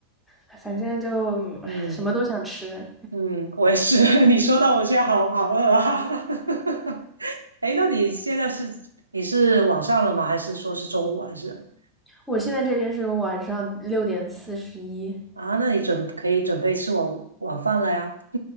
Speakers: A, in the centre; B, on the right.
A: 哎反正就唉什么都想吃。
B: 嗯嗯，我也是，<laughs> 你说到我现在好好饿啊。<laughs> 哎，那你现在是你是晚上了吗？还是说是中午啊还是
A: 我现在这边是晚上六点四十一，
B: 啊？那你准可以准备吃晚晚饭了呀。<laughs>